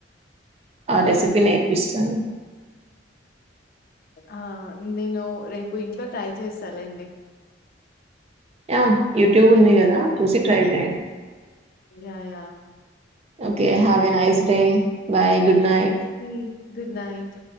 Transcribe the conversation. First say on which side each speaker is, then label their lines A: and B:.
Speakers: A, on the right; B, on the left.
A: ఆ రెసిపీ నేర్పిస్తాను
B: ఆ నేను రేపు ఇంట్లో ట్రై చేస్తాలేండి
A: ఆ యూట్యూబ్ ఉంది కదా చూసి ట్రై చేయండి
B: yeah yeah
A: okay have a nice day bye good night
B: hmm good night